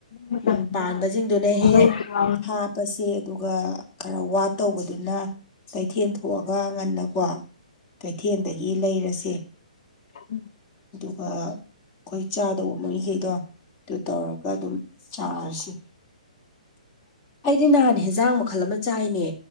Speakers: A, on the left; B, on the left.
A: ꯃꯇꯝꯗ
B: ꯎꯝ ꯄꯥꯟꯕꯁꯤꯡꯗꯨꯅ ꯍꯦꯛ
A: ꯂꯧꯁꯨ ꯌꯥꯎꯔꯅꯤ
B: ꯍꯥꯞ ꯄꯁꯦ ꯑꯗꯨꯒ ꯈꯔ ꯋꯥꯠꯇꯧꯕꯗꯨꯅ ꯀꯩꯊꯦꯟ ꯊꯣꯛꯑꯒ ꯉꯟꯅꯀꯣ ꯀꯩꯊꯦꯟꯗꯒꯤ ꯂꯩꯔꯁꯦ
A: ꯎꯝ
B: ꯑꯗꯨꯒ ꯑꯩꯈꯣꯏ ꯆꯥꯗꯧꯕ ꯃꯩꯈꯩꯗꯣ ꯑꯗꯨ ꯇꯧꯔꯒ ꯑꯗꯨꯝ ꯆꯥꯔꯁꯤ ꯑꯩꯗꯤ ꯅꯍꯥꯟ
A: ꯍꯥꯏꯕ
B: ꯍꯦꯟꯖꯥꯡ ꯃꯈꯜ ꯑꯃ ꯆꯥꯏꯅꯦ